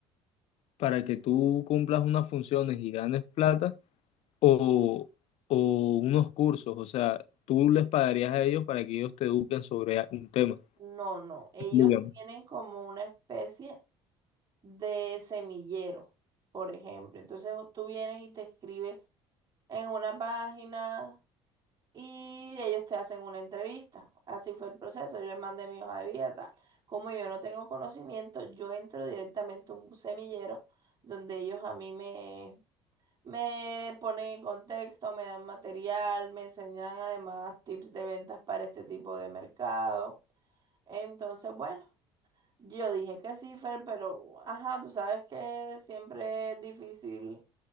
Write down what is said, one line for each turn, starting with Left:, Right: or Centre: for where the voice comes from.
Left: para que tú cumplas unas funciones y ganes plata o, o unos cursos, o sea, tú les pagarías a ellos para que ellos te eduquen sobre a- un tema,
Right: No, no, ellos
Left: digamos.
Right: tienen como una especie de semillero, por ejemplo. Entonces tú vienes y te escribes en una página. y ellos te hacen una entrevista. Así fue el proceso. Yo les mandé mi hoja de vida, tal. Como yo no tengo conocimiento, yo entro directamente a un semillero donde ellos a mí me, me ponen en contexto, me dan material, me enseñan además tips de ventas para este tipo de mercado. Entonces, bueno, yo dije que sí, Fer, pero ajá, tú sabes que siempre es difícil